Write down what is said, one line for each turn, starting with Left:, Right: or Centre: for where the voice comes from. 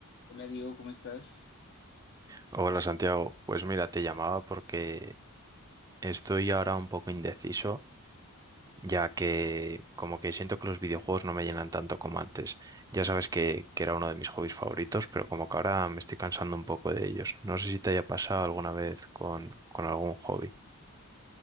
Left: Hola Diego, ¿cómo estás?
Right: Hola Santiago, pues mira, te llamaba porque estoy ahora un poco indeciso, ya que como que siento que los videojuegos no me llenan tanto como antes. Ya sabes que, que era uno de mis hobbies favoritos, pero como que ahora me estoy cansando un poco de ellos. No sé si te haya pasado alguna vez con, con algún hobby.